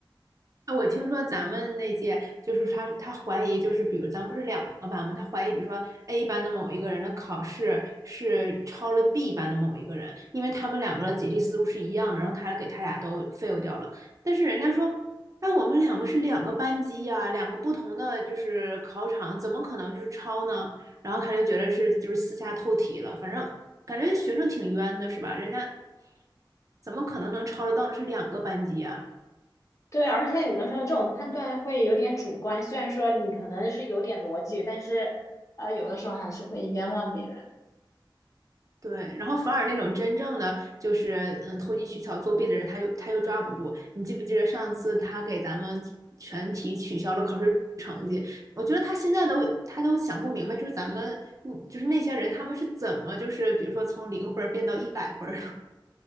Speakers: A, on the right (about 40°); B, on the left (about 40°).
A: 啊，我听说咱们那届就是他，他怀疑就是，比如咱们不是两个班吗？他怀疑，比如说 A 班的某一个人的考试是超了 B 班的某一个人，因为他们两个的解题思路是一样的，然后他给他俩都 fail 掉了。但是人家说，哎，我们两个是两个班级呀、两个不同的就是考场，怎么可能就是抄呢？然后他就觉得是就是私下透题了，反正感觉学生挺冤的，是吧？人家怎么可能能抄得到的是两个班级啊。
B: 对，而且有的时候这种判断会有点主观，虽然说你可能是有点逻辑，但是呃，有的时候还是会冤枉别人。
A: 对，然后反而那种真正的就是嗯投机取巧作弊的人，他又他又抓不住。你记不记得上次他给咱们全体取消了考试成绩？我觉得他现在都他都想不明白，就是咱们嗯就是那些人他们是怎么就是比如说从零分儿变到一百分儿的？